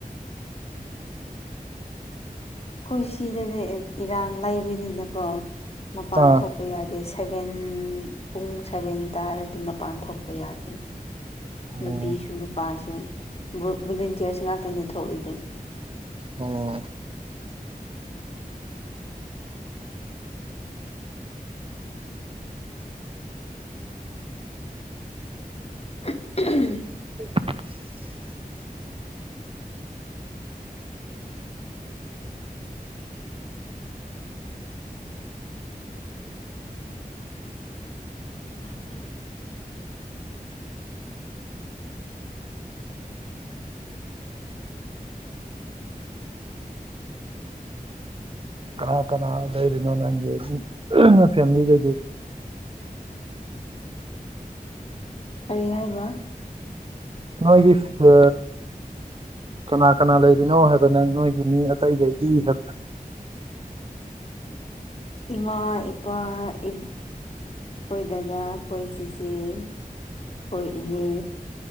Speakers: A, on the left (about 40°); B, on the right (about 35°).
A: ꯑꯩꯈꯣꯏ ꯁꯤꯗꯅꯦ ꯏꯔꯥꯡ ꯂꯩꯕꯅꯤꯅꯀꯣ ꯃꯄꯥꯟ
B: ꯑꯥ
A: ꯊꯣꯛꯄ ꯌꯥꯗꯦ ꯁꯚꯦꯟ ꯄꯨꯡ ꯁꯚꯦꯟ ꯇꯥꯔꯗꯤ ꯃꯄꯥꯟ ꯊꯣꯛꯄ ꯌꯥꯗꯦ
B: ꯑꯣ
A: ꯅꯨꯄꯤꯁꯨ ꯅꯨꯄꯥꯁꯨ ꯚꯣꯂꯟꯇꯤꯌꯥꯔꯁ ꯉꯥꯛꯇꯅꯤ ꯊꯣꯛꯏꯗꯣ
B: ꯑꯣ
A: <inaudible> <inaudible>
B: <inaudible>
A: ꯑ
B: ꯀꯅꯥ ꯀꯅꯥ ꯂꯩꯔꯤꯅꯣ ꯅꯪꯒꯤ ꯅ ꯐꯦꯃꯤꯂꯤꯗꯒꯤ
A: ꯀꯔꯤ ꯍꯥꯏꯕ
B: ꯅꯣꯏꯒꯤ ꯑ ꯀꯅꯥ ꯀꯅꯥ ꯂꯩꯔꯤꯅꯣ ꯍꯥꯏꯕ ꯅꯪ ꯅꯣꯏꯒꯤ ꯃꯤ ꯑꯇꯩꯒꯩꯗꯤ ꯍꯥꯏꯕ
A: ꯏꯃꯥ ꯏꯄꯥ ꯑꯩꯈꯣꯏ ꯗꯗꯥ ꯑꯩꯈꯣꯏ ꯆꯤꯆꯦ ꯑꯩꯈꯣꯏ ꯏꯅꯦ